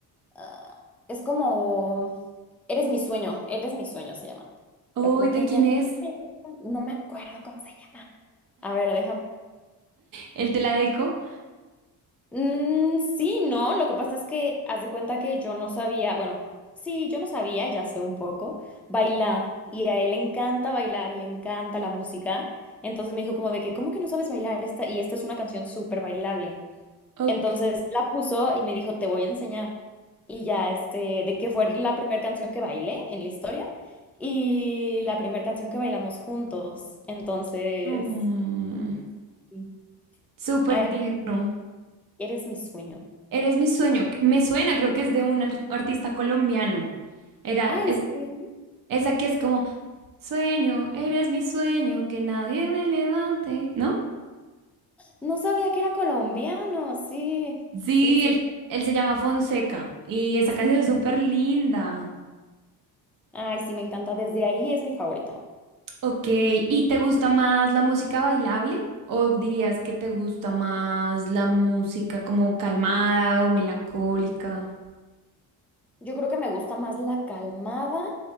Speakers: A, in the centre; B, on the right (about 55°).
A: ah, es como, eres mi sueño, eres mi sueño se llama.
B: Uy,
A: Pero como
B: ¿de
A: que
B: quién
A: na-
B: es?
A: no me acuerdo cómo se llama. A ver, déjame.
B: ¿El te la deco?
A: Mm, sí, no, lo que pasa es que haz de cuenta que yo no sabía, bueno, sí, yo no sabía, ya sé un poco, bailar. Y a él le encanta bailar y le encanta la música. Entonces me dijo como de que, ¿cómo que no sabes bailar esta? Y esta es una canción súper bailable.
B: Ok.
A: Entonces la puso y me dijo, te voy a enseñar. Y ya, este, de que fue la primera canción que bailé en la historia y la primera canción que bailamos juntos. Entonces,
B: Mm,
A: Sí.
B: súper
A: ay,
B: tierno.
A: eres mi sueño.
B: Eres mi sueño. Me suena, creo que es de un ar- artista colombiano. Era,
A: Ah, ¿en
B: es,
A: serio?
B: esa que es como, sueño, eres mi sueño, que nadie me levante, ¿no?
A: No sabía que era colombiano. Sí,
B: Sí,
A: sí, sí,
B: él,
A: sí.
B: él se llama Fonseca y esa
A: sí.
B: canción es súper linda.
A: Ay, sí, me encanta. Desde ahí es mi favorita.
B: Ok, ¿y te gusta más la música bailable? ¿O dirías que te gusta más la música como calmada o melancólica?
A: Yo creo que me gusta más la calmada.